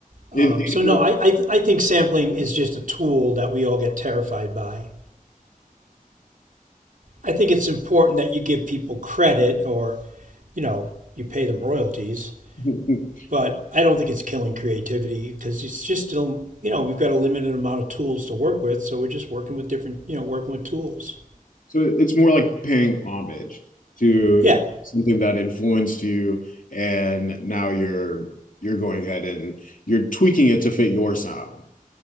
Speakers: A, on the right; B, on the left.
A: Um,
B: it,
A: so
B: it
A: no, I, I th I think sampling is just a tool that we all get terrified by I think it's important that you give people credit or, you know, you pay them royalties,
B: <laughs>
A: but I don't think it's killing creativity because it's just still, you know, we've got a limited amount of tools to work with, so we're just working with different, you know, working with tools.
B: So it's more like paying homage to
A: Yeah,
B: something that influenced you, and now you're you're going ahead and you're tweaking it to fit your sound.